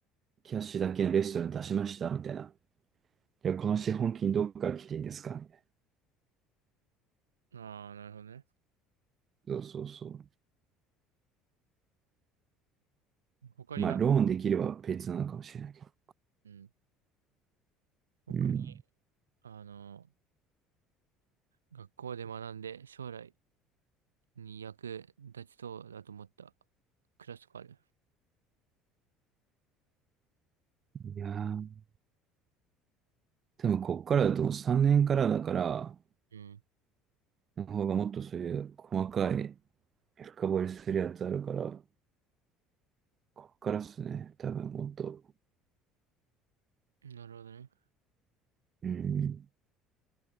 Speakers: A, on the right; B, on the right.
A: キャッシュだけのレストラン出しましたみたいな。いや、この資本金どっから来ていいんですかみたい
B: あー、なるほどね。
A: な。そうそうそ
B: 他になんか、
A: う。まあ、ローンできれば別なのかもしれないけど。
B: うん。他に、
A: うん。
B: あの、学校で学んで将来に役立ちそうだと思ったクラスとかある。
A: いやー、多分こっからだともう3年からだから、
B: うん。
A: の方がもっとそういう細かい深掘りするやつあるから、こっからっすね。多分もっと。
B: なるほどね。
A: うん。